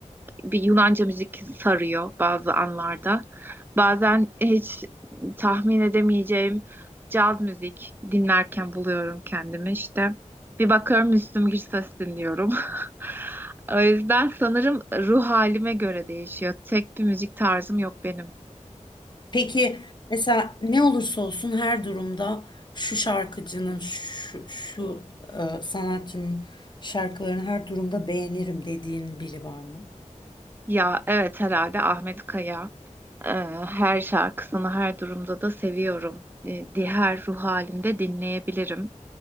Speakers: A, on the right; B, on the left.
A: bir Yunanca müzik sarıyor bazı anlarda. Bazen hiç tahmin edemeyeceğim caz müzik dinlerken buluyorum kendimi işte. Bir bakıyorum Müslüm Gürses dinliyorum. <laughs> O yüzden sanırım ruh halime göre değişiyor. Tek bir müzik tarzım yok benim.
B: Peki mesela ne olursa olsun her durumda şu şarkıcının şu, şu e, sanatçının şarkılarını her durumda beğenirim dediğin biri var mı?
A: Ya evet herhalde Ahmet Kaya. Ee, her şarkısını her durumda da seviyorum. Ee, diğer ruh halinde dinleyebilirim.